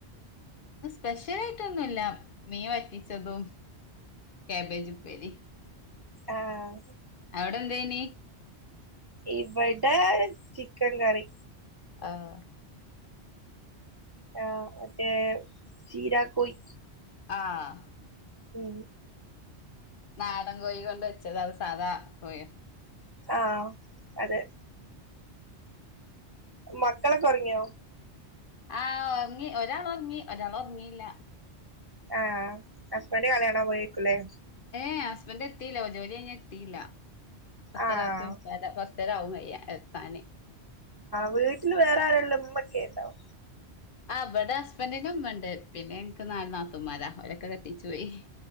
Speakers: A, on the left; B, on the right.
A: ഇന്ന് സ്പെഷ്യലായിട്ട് ഒന്നൂല്ല മീൻ വറ്റിച്ചതും കബേജ പേര
B: ആഹ
A: അവിടെ എന്തനി
B: ഇവിടെ ചിക്കൻ കറി
A: ആഹ
B: ആഹ മറ്റേ ചീരാ കൊയി
A: ആഹ
B: ഉം
A: നാടൻ കോഴ കൊണ്ട് വെച്ചത അത് സാദാ കോഴ
B: ആഹ അതെ മക്കളെ കൊറങ്ങിയോ
A: ആഹ ഉറങ്ങി ഒരാൾ ഉറങ്ങി ഒരാൾ ഉറങ്ങിയില്ല
B: ആഹ ഹസ്ബൻഡ കല്യാണം പോയിേക്കൂല്ലേ
A: ഏ ഹസ്ബൻഡറ് എത്തിയില്ല ജോലി കഴ എത്തിയില്ല പത്ത
B: ആഹ്
A: പത്ത് ഇത്തരാവും കയ്യ എത്താന്
B: വീട്ടില് വേറെ ആരുള്ളമ്മ ഒക്കെ ഉണ്ടാവോ
A: ആ് അവവിടെ ഹസ്ബൻഡന്ുമ ഉണ്ട് പിന്നെ എനിക്ക് നാാല നാത്തുമമാരാ അവരൊക്കെ കട്ടിച്ചു പോയി